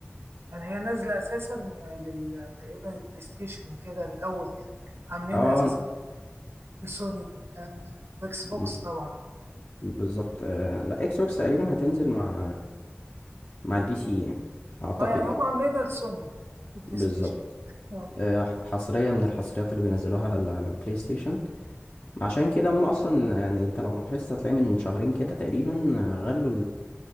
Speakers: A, on the right; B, on the left.
A: يعني هي نازله اساسا لل تقريبا البلاي ستيشن وكده الاول يعني عاملينها
B: اه
A: اه اساسا لسوني والكلام ده اكس بوكس
B: بز-
A: طبعا
B: بالظبط آه، لا اكس بوكس تقريبا هتنزل مع مع البي سي يعني اعتقد
A: اه يعني
B: يعني
A: هم عاملينها لسوني بلاي
B: بالظبط
A: ستيشن اه
B: آه، ح- حصرية من الحصريات اللي بينزلوها على ال- على البلاي ستيشن عشان كده هم اصلا يعني انت لو لاحظت هتلاقي من شهرين كده تقريبا آه، غلوا